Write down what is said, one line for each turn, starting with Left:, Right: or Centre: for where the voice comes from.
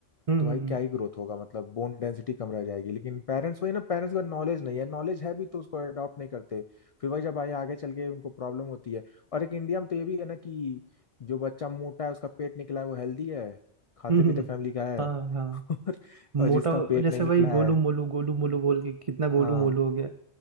Right: हम्म
Left: तो भाई
Right: हम्म
Left: क्या ही ग्रोथ होगा मतलब बोन डेंसिटी कम रह जाएगी लेकिन पेरेंट्स वही ना पेरेंट्स का नॉलेज नहीं है नॉलेज है भी तो उसको अडॉप्ट नहीं करते फिर वही जब आए आगे चल के उनको प्रॉब्लम होती है और एक इंडिया में तो ये भी है ना कि जो बच्चा मोटा है उसका पेट निकला है वो हेल्दी है खाते
Right: हम्म, <laughs>
Left: पीते
Right: हम्म,
Left: फैमिली का है
Right: हाँ हाँ
Left: <laughs> और,
Right: मोटा
Left: और जिसका पेट
Right: जैसे
Left: नहीं निकला
Right: वही गोलू
Left: है
Right: मोलू गोलू मोलू बोल के कितना
Left: हाँ
Right: गोलू मोलू हो गया